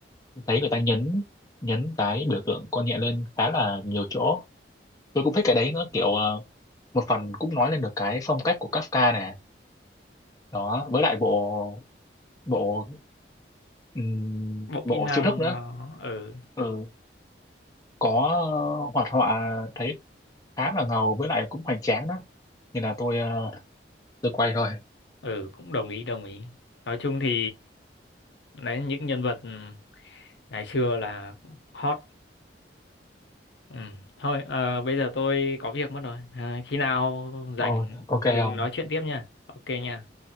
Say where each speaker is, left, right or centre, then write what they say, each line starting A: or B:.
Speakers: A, on the left; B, on the left.
A: thấy người ta nhấn nhấn cái biểu tượng con nhện lên khá là nhiều chỗ tôi cũng thích cái đấy nữa kiểu ờ, một phần cũng nói lên được cái phong cách của Kafka này đó với lại bộ bộ ừm,
B: bộ
A: bộ
B: kỹ năng
A: chiêu thức nữa
B: nó ừ
A: ừ, có ờ, hoạt họa thấy khá là ngầu với lại cũng hoành tráng đó nên là tôi ờ, tôi quay thôi
B: ừ cũng đồng ý đồng ý nói chung thì đấy những nhân vật ngày xưa là hot Ừ. Thôi, ờ, bây giờ tôi có việc mất rồi. Ờ, khi nào rảnh
A: Ồ, ok không
B: mình nói chuyện tiếp nha. Ok nha.